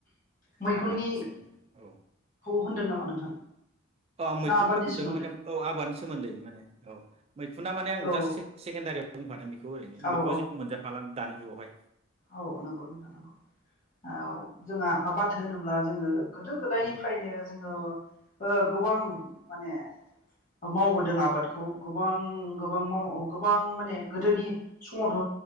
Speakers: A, on the left; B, on the right.
A: मैखुननिखौ
B: आबादनि सोमोन्दै औ
A: होनदों नामा नोंथां
B: औ आं मैखुनखौ
A: ना आबादनि
B: बुंदों
A: सोमोन्दै
B: माने औ आबादनि सोमोन्दै माने औ मैखुना माने आं
A: औ
B: जास्ट से सेकेण्डारियाव बुंफादों बेखौ ओरैनो
A: औ
B: बेखौ
A: औ
B: जेखौ मोनजाफालानो दानि जुगावहाय
A: औ नंगौ नोंथ नंगौ औ जोंहा बाथो होनोब्ला जोङो गोदो गोदायनिफ्रायनो
B: औ नोंथां
A: जोङो ओ गोबां माने मावबोदों आबादखौ गोबां गोबां माव गोबां माने गोदोनि समावथ'